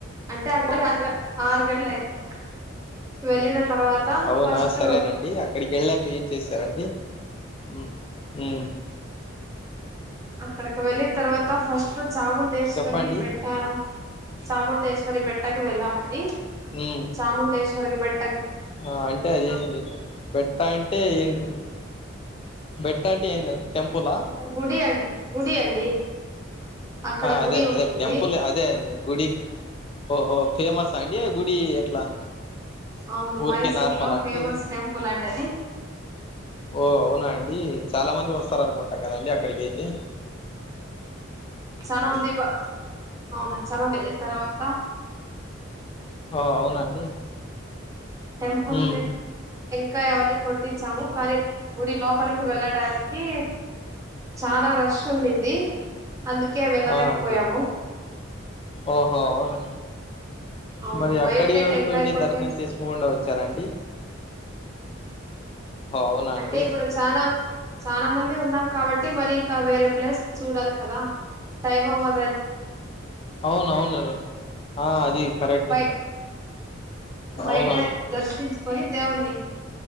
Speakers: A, on the right; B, on the left.
A: అంటే అ ఆరు ఆరు గంటల అయితే వెళ్ళిన తర్వాత
B: అవునా
A: ఫస్ట్
B: సరేనండి అక్కడికి వెళ్ళాక ఏం చేశారండి ఉ
A: ఇక్కడకి వెళ్ళి తర్వాత ఫస్ట్ చముండేశ్వరి
B: చెప్పండి
A: బెట్ట చముండేశ్వరి మరి పెట్టాకి వెళ్లామండి
B: మ్మ్
A: చముండేశ్వర్కి బట్టి
B: ఆ అంటే అదేంది బెట్ట అంటే ఏ బట్ బెట్ట అంటే ఏంటండి టెంపులా
A: గుడి అండి గుడి అండి అక్కడ
B: ఆ
A: గుడి
B: అదే అదే
A: ఉంటుంది
B: టెంపుల్ అదే అ గుడికి ఓహో ఫేమస్ అండి గుడి ఎట్లా
A: అవును
B: ఊరికే
A: మైసూర్
B: నార్మలా
A: లో
B: అండి
A: ఫేమస్
B: అది
A: టెంపుల్ అండి అది
B: ఓ అవునా అండి చాలా మంది వస్తారు అనుకుంటా కదండి అక్కడికైతే
A: చాలామంది అవునా చ వెలినతారవత
B: ఆ అవునండి
A: టెంపుల్
B: ఉమ్
A: కాయ అవన్నీ కొట్టించాము కానీ గుడి లోపలికి వెళ్ళడానికి చాలా రష్ ఉండింది అందుకే వెళ్ళలేకపోయాము
B: ఆ అంటి ఓహో అవునా
A: అవును
B: మరి
A: బయటే
B: అక్కడి వరకు
A: టెంకాయ
B: వెళ్ళి
A: కొట్టేసి
B: దర్శనం చేసుకోకుండా వచ్చారా అండి అవునా అండి
A: అంటే ఇప్పుడు చాన చాన మంది ఉన్నాం కాబట్ ట్టి మరి ఇకా వేరే ప్లేస్ చూడాలి కదా టై అవ
B: అవును అవును ఆ అది కరెక్ట్
A: బయ్ బయ్టే
B: అవునవును
A: దర్శిించ్ కొని దేవున్ని